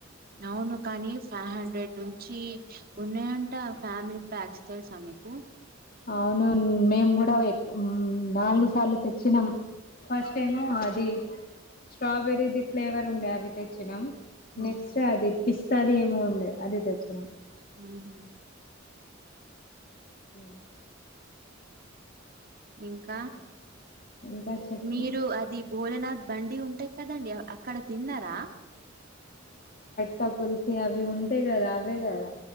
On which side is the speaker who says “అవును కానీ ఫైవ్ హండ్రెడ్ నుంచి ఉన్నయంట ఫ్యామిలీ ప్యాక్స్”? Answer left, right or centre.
Right